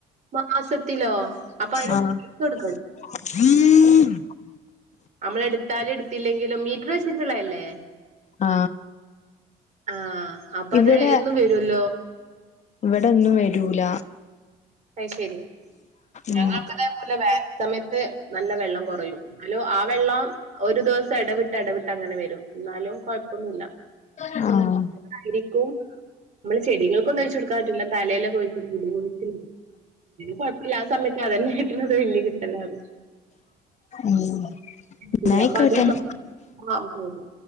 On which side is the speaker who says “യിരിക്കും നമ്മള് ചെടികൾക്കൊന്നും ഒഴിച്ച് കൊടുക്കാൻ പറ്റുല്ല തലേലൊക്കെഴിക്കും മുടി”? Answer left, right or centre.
Right